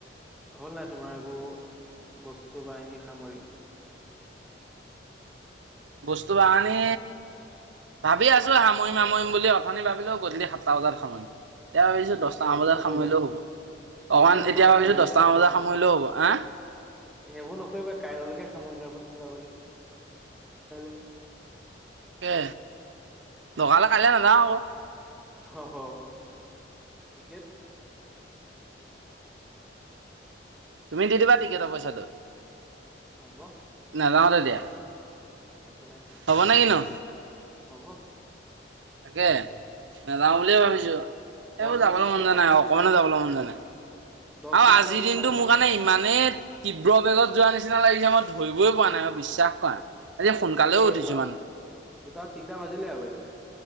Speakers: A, in the centre; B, on the right.
A: হ'ল নাই তোমাৰ এইবোৰ বস্তু বাহিনী সামৰি।
B: বস্তু বাহানি ভাবি আছো সামৰিম-সামৰিম বুলি, অথনি ভাবিলো গধুলি সাতটা বজাত সামৰিম। এতিয়া ভাবিছো দচটা
A: এই সেইবোৰ
B: মান বজাত
A: নকৰিবা
B: সামৰিলেও হ'ব।
A: সেইবোৰ
B: অকমান
A: নকৰিবা
B: এতিয়া ভাবিছো
A: কাইলৈকে
B: দচটামান
A: নহ'ব
B: বজাত
A: সামৰি
B: সামৰিলেও হ'ব, আ।
A: সেইবোৰ নকৰিবা কাইলৈ লৈকে সামৰি নহ'ব। <unintelligible>
B: তাকে, দৰকাৰ হ'লে কাইলে নাযাওঁ।
A: অহ, টিকেট
B: তুমি দি দিবা টিকেটৰ পইচাটো,
A: হ'ব
B: নাযাওঁ তেতিয়া।
A: একো নাই
B: হ'ব নে কি নো।
A: হ'ব।
B: তাকে, নাযাওঁ বুলিয়ে ভাবিছো।
A: দহ
B: এই মোৰ
A: বিশটা
B: যাবলৈ মন
A: দিম
B: যোৱা
A: বাকীটো
B: নাই অকমানো
A: মিলাই
B: যাবলৈ মন যোৱা নাই।
A: দহ
B: আৰু
A: বিশটা
B: আজিৰ
A: দিম
B: দিনটো
A: বাকী
B: মোৰ কাৰণে ইমানেই তীব্ৰ বেগত যোৱা নিচিনা নিচিনা লাগিছে মই ধৰিবই পৰা নাই আৰু বিশ্বাস কৰা আজি সোনকালেও
A: এই
B: উঠিছো
A: বা
B: মানুহটো।
A: দুটা তিনিটা বাজিলে আকৌ এতিয়া